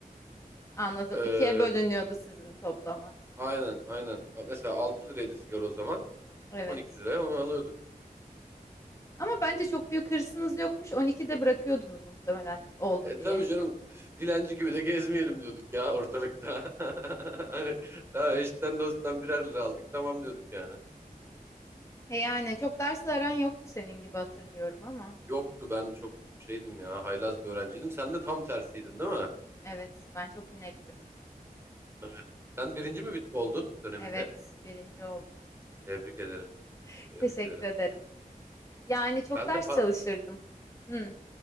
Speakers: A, on the left; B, on the right.
A: anladım.
B: Ee,
A: İkiye bölünüyordu sizin toplama.
B: aynen aynen. Mesela 6 liraydı sigara o zaman.
A: Evet.
B: 12 liraya onu alıyorduk.
A: Ama bence çok büyük hırsınız yokmuş. 12'de bırakıyordunuz muhtemelen oldu
B: E
A: diye.
B: tabii canım üf, dilenci gibi de gezmeyelim diyorduk ya ortalıkta. <laughs> Hani daha eşitten dosttan birer lira aldık tamam diyorduk yani.
A: E yani çok dersle aran yoktu senin gibi hatırlıyorum ama.
B: Yoktu ben çok şeydim ya haylaz bir öğrenciydim. Sen de tam tersiydin değil mi?
A: Evet, ben çok inektim.
B: Evet. Sen birinci mi bit- oldun döneminde?
A: Evet, birinci oldum.
B: Tebrik ederim.
A: <laughs>
B: Tebrik
A: Teşekkür
B: ederim.
A: ederim. Yani çok
B: Ben
A: ders
B: de par-
A: çalışırdım. Hı,